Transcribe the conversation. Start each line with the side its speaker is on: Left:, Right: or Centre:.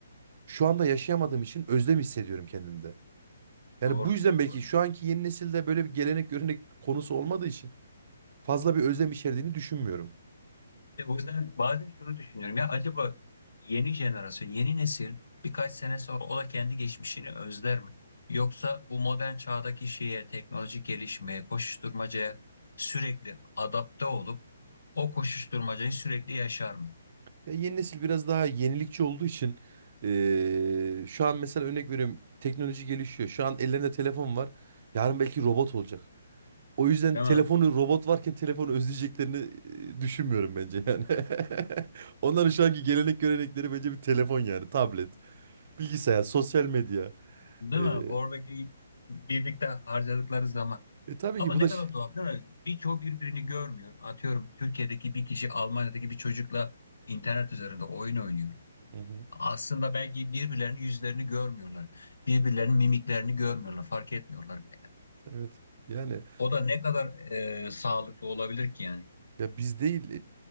Right: şu anda yaşayamadığım için özlem hissediyorum kendimde. Yani
Left: Doğru,
Right: bu yüzden
Left: doğru.
Right: belki şu anki yeni nesilde böyle bir gelenek görenek konusu olmadığı için fazla bir özlem içerdiğini düşünmüyorum.
Left: Ya o yüzden bazen şunu düşünüyorum ya acaba yeni jenerasyon, yeni nesil birkaç sene sonra o da kendi geçmişini özler mi? Yoksa bu modern çağdaki şeye, teknolojik gelişmeye, koşuşturmacaya sürekli adapte olup o koşuşturmacayı sürekli yaşar mı?
Right: Ya yeni nesil biraz daha yenilikçi olduğu için e, şu an mesela örnek veriyorum teknoloji gelişiyor. Şu an ellerinde telefon var. Yarın belki robot olacak. O yüzden
Left: Değil
Right: telefonu
Left: mi?
Right: robot varken telefonu özleyeceklerini e, düşünmüyorum bence yani. <laughs> Onların şu anki gelenek görenekleri bence bir telefon yani tablet, bilgisayar, sosyal medya.
Left: Değil
Right: E,
Left: mi?
Right: e,
Left: Oradaki birlikte harcadıkları zaman.
Right: e, tabii
Left: Ama
Right: ki bu
Left: ne
Right: da
Left: kadar
Right: ş-
Left: tuhaf değil mi? Birçoğu birbirini görmüyor. Atıyorum Türkiye'deki bir kişi Almanya'daki bir çocukla internet üzerinde oyun oynuyor.
Right: Hı hı,
Left: Aslında belki birbirlerinin yüzlerini görmüyorlar. Birbirlerinin mimiklerini görmüyorlar. Fark etmiyorlar bile.
Right: evet. Yani
Left: O da ne kadar e, sağlıklı olabilir ki yani.
Right: ya biz değil